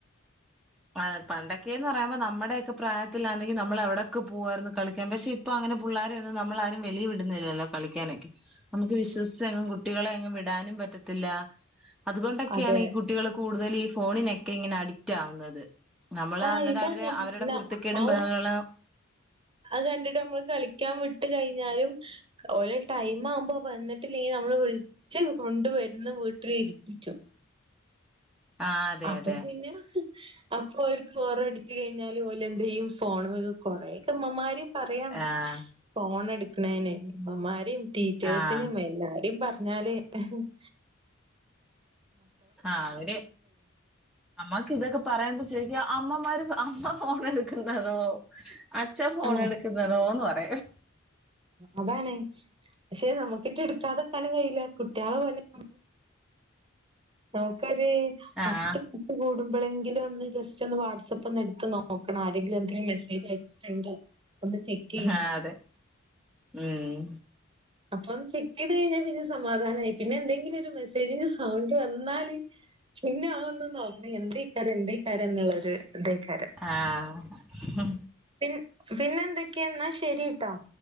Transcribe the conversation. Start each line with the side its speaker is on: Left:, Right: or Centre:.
Centre: ആഹ് പണ്ടൊക്കെന്ന് പറയുമ്പോ നമ്മുടെക്കെ പ്രായത്തിലാണെങ്കിൽ നമ്മൾ എവിടെയൊക്കെ പോകാരുന്നു കളിക്കാൻ പക്ഷെ ഇപ്പൊ അങ്ങനെ പുള്ളാരെ ഒന്നും നമ്മളാരും വെളി വിടുന്നില്ലല്ലോ കളിക്കാനൊക്കെ നമുക്ക് വിശ്വസിച്ചങ്ങും കുട്ടികളെ അങ്ങ് വിടാനും പറ്റത്തില്ല അതുകൊണ്ടൊക്കെയാണ്
Right: അതെ
Centre: ഈ കുട്ടികള് കൂടുതൽ ഈ ഫോണിനൊക്കെ ഇങ്ങനെ അഡിക്റ്റ് ആവുന്നത് നമ്മള്
Right: ആഹ്
Centre: അന്നേരം
Right: ഇതാ
Centre: അവര്
Right: ഞം
Centre: അവരുടെ
Right: ന
Centre: കുര് ത്തക്കേടും
Right: അത്
Centre: ബഹളങ്ങളും
Right: അത് കണ്ടിട്ട് നമ്മള് കളിക്കാൻ വിട്ട് കഴിഞ്ഞാലും ഓലെ ടൈം ആവുമ്പോ വന്നിട്ടില്ലെങ്കിൽ നമ്മള് വിൾ <unintelligible> കൊണ്ടുവര്ന്ന വീട്ടില് ഇര്പ്പിച്ചൊ.
Centre: ആ അതെ
Right: അപ്പൊ
Centre: അതെ
Right: പിന്നെ അപ്പൊ ഓര്ക്ക് <unintelligible> കഴിഞ്ഞാല്. ലെന്തെയ്യും <unintelligible> കൊറെക്കെ മ്മമ്മാര് പറയണം.
Centre: ആഹ്
Right: ഫോണെട്ക്ക്ണേനെയ് മ്മമ്മാരിം ടീച്ചേഴ്‌സിനിം
Centre: ആഹ്
Right: എല്ലാരിം പറഞ്ഞാലെ. <unintelligible>
Centre: ആഹ്. അവര് അമ്മക്ക് ഇതൊക്കെ പറയുമ്പോ ചോയ്ക്കും അമ്മമാര് അമ്മ ഫോണെട്ക്കുന്നതോ? അച്ഛൻ ഫോണെട്ക്ക്‌ന്നതോന്ന്
Right: ആഹ്
Centre: പറയും.
Right: അതാണ്. ക്ഷെ നമുക്കെറ്റെ ഇട്ക്കാതക്കാനും കഴിയില്ല. കുട്ട്യാളെ പോലെ. ഓക്കൊര് പത്ത്.
Centre: ആഹ്
Right: കൂടുമ്പളെങ്കിലും ഒന്ന് ജസ്റ്റ് ഒന്ന് വാട്സപ്പൊന്ന് എടുത്ത് നോക്കണം. ആരെങ്കിലും എന്തേം മെസ്സേജ് അയ്ച് ണ്ടോ ഒന്ന് ചെക്കെയ്യണേ.
Centre: ആ അതെ ഉം
Right: അപ്പം ചെക്കെയ്ത് കഴിഞ്ഞാ പിന്നെ സമാധാനായി. പിന്നെ എന്തെങ്കിലൊര് മെസ്സേജ്ന്റെ സൗണ്ട് വന്നാല്. പിന്നെ ആഒന്നും നോക്കണെ എന്തെയ്ക്കാരം എന്തെയ്ക്കാരം ന്ന്ള്ളൊര് തെയ്ക്കാരം.
Centre: ആഹ്.
Right: പി പിന്നെ എന്തൊക്കെ? ന്നാ. ശരിട്ടാ